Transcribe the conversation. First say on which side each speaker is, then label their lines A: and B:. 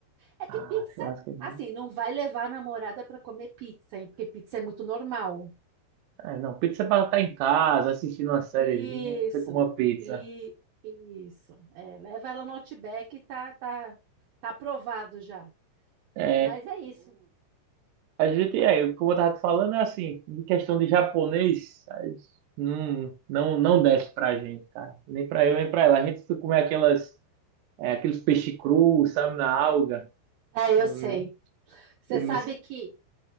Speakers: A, on the right; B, on the right.
A: É que
B: Ah,
A: pizza,
B: churrasco. de-
A: assim, não vai levar a namorada para comer pizza, hein? Porque pizza é muito normal.
B: É, não, pizza é pra estar em casa, assistindo uma sériezinha,
A: Isso.
B: você come uma pizza.
A: E isso. É, leva ela no Outback, e tá, tá, tá aprovado já.
B: É,
A: Mas é isso.
B: A gente é, como eu tava te falando, é assim, em questão de japonês, aí não, não, não desce pra gente, cara. Nem pra eu, nem pra ela. A gente foi comer aquelas, é, aqueles peixe cru, sabe, na alga.
A: É,
B: Eu,
A: eu sei. Você
B: eu
A: sabe
B: me...
A: que